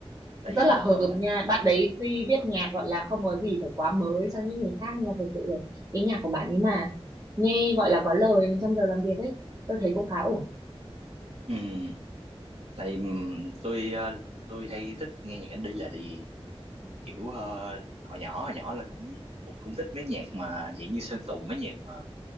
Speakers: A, on the right; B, on the right.
A: tại vì
B: rất là
A: một
B: hợp
A: phần là
B: nha bạn đấy tuy viết
A: ờ,
B: nhạc gọi là không có gì phải quá mới cho những người khác nhưng mà thật sự rồi cái nhạc của bạn ấy mà nghe gọi là có lời mà trong giờ làm việc ấy tôi thấy cũng khá ổn
A: ừ, tại ừm, tôi ờ, tôi hay thích nghe nhạc indie là tại vì kiểu ờ, hồi nhỏ hồi nhỏ là cũng cũng cũng thích mấy nhạc mà dạng như Sơn Tùng mấy nhạc mà